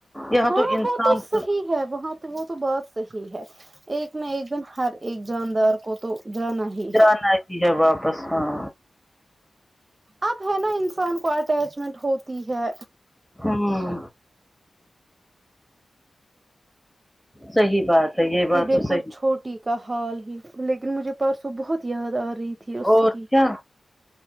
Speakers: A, in the centre; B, on the right.
A: یہاں
B: ہاں
A: انسان
B: وہ تو صحیح
A: پر
B: ہے وہاں تو وہ تو بات صحیح ہے ایک نہ ایک دن ہر ایک جاندار کو تو جانا ہے ہی
A: جانا کی ہے واپس ہاں
B: اب ہے نا انسان کو اٹیچمنٹ ہوتی ہے
A: ہوں صحیح بات ہے یہ بات
B: دیکھو
A: تو صحیح
B: چھوٹی کا حال ہی لیکن مجھے پرسوں بہت یاد آ رہی تھی اس
A: اور
B: کی
A: کیا